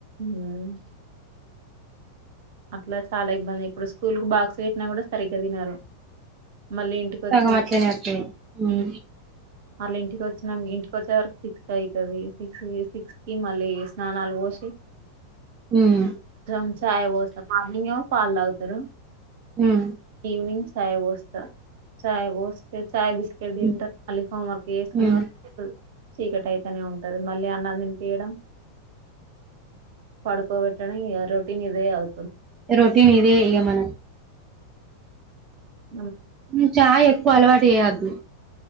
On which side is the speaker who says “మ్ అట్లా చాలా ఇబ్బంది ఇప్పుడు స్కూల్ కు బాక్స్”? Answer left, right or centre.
Right